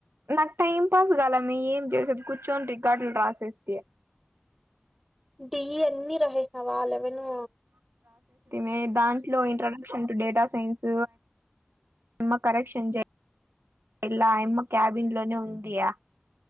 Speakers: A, on the right (about 80°); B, in the centre.
A: నాకు టైం పాస్ కాలే మే ఏం చేసేది కూర్చొని రికార్డులు రాసేస్తి
B: ఇవి అన్ని రాసేసినవ వాళ్ళక్ విను
A: మే దాంట్లో ఇంట్రొడక్షన్ టు డేటా సైన్స్ అమ్మ కరెక్షన్లా అమ్మ క్యాబిన్ లోనే ఉందియా